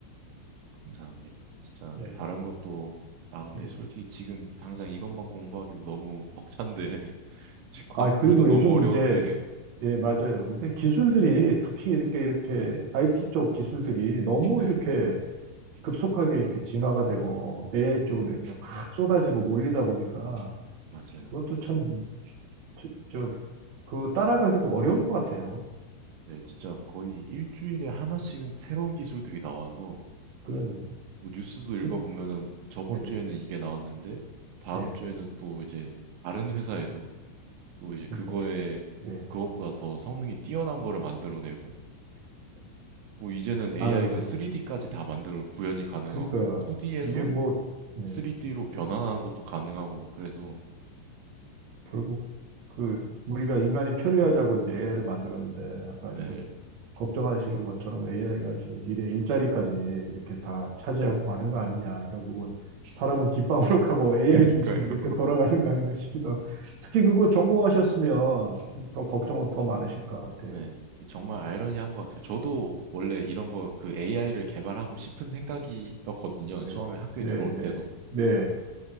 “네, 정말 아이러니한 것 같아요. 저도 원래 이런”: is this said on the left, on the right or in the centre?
Right